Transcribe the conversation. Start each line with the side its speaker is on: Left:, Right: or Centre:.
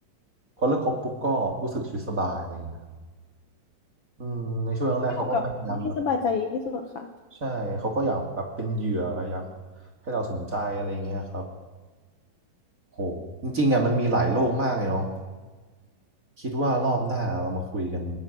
Right: พอเลิกคบปุ๊บก็รู้สึกชีวิตสบายอะไรอย่างเงี้ย อืมในช่วงแรกๆเขาก็พยายามแบบ
Left: อยู่กับคนที่สบายใจดีที่สุดค่ะ
Right: ใช่เขาก็อยากแบบเป็นเหยื่ออยากให้เราสนใจอะไรเงี้ยครับโหจริงๆอ่ะมันมีหลายโลกมากเลยเนาะคิดว่ารอบหน้าเรามาคุยกัน